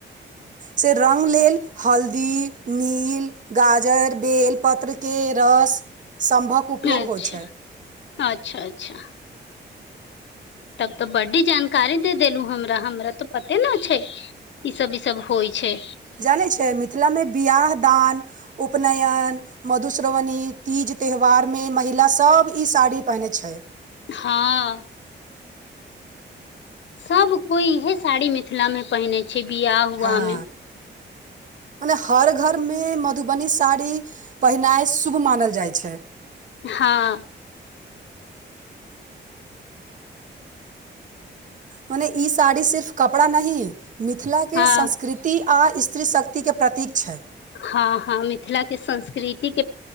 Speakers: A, on the right; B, on the left.
A: से रंग लेल हल्दी नील गाजर बेलपत्रके रस संभव उपयोग
B: अच्छा
A: होइ छै
B: अच्छा अच्छा तब तऽ बड्डी जानकारी दे देलू हमरा हमरा तऽ पते न छै ई सब ई सब होइ छै
A: जानै छ मिथिलामे बियाह दान उपनयन मधुश्रावणी तीज त्यौहारमे महि पहिले सभ ई साड़ी पहिनै छै
B: हँ सब कोइ इहे साड़ी मिथिला मे पहिने छै पछे बिआ हुआ
A: हँ
B: हमे
A: मने हर घरमे मधुबनी साड़ी पहिनाइ शुभ मानल जाइ छै
B: हँ
A: मने ई साड़ी सिर्फ कपड़ा नहि मिथिलाके
B: हँ
A: संस्कृति आ स शक्तिके प्रतीक छै
B: हँ हँ मिथिलाके संस्कृति के